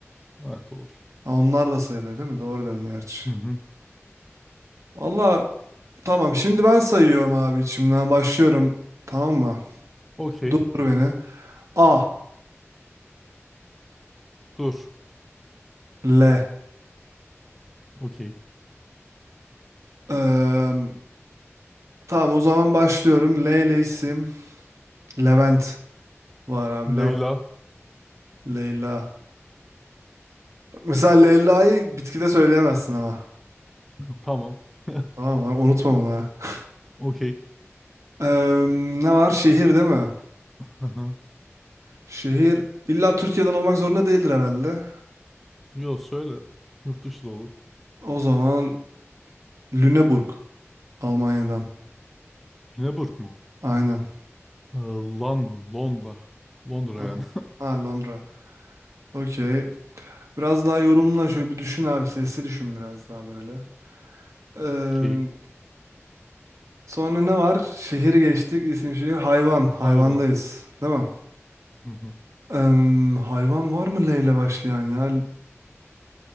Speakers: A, in the centre; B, on the right.
A: Evet olur.
B: Ha, onlar da sayılır değil mi? Doğru dedin gerçi.
A: Hı hı.
B: Vallahi tamam şimdi ben sayıyorum abi içimden başlıyorum. Tamam mı?
A: Okey.
B: Dur beni. A.
A: Dur.
B: L.
A: Okey.
B: Eee, tamam o zaman başlıyorum. L ile isim. Levent var abi.
A: Leyla.
B: Levent. Leyla. Bak mesela Leyla'yı bitkide söyleyemezsin ama.
A: Tamam. <laughs>
B: Tamam mı? Unutma bunu ha. <laughs>
A: Okey.
B: Eee, ne var? Şehir değil mi?
A: Hı hı.
B: Şehir illa Türkiye'den olmak zorunda değildir herhalde.
A: Yo söyle. Yurt dışı da olur.
B: O zaman Lüneburg. Almanya'dan.
A: Lüneburg mu?
B: Aynen.
A: Ee, London. Londra. Londra
B: Al.
A: yani.
B: Ha, Londra. Okey. Biraz daha yorumla şöyle bir düşün abi. Sesli düşün biraz daha böyle.
A: <laughs>
B: Eee,
A: Okey.
B: sonra ne var? Şehir geçtik. İsim şehir. Hayvan. Hayvandayız.
A: Hayvan.
B: Değil mi?
A: Hı hı.
B: Em, hayvan var mı L ile başlayan ya?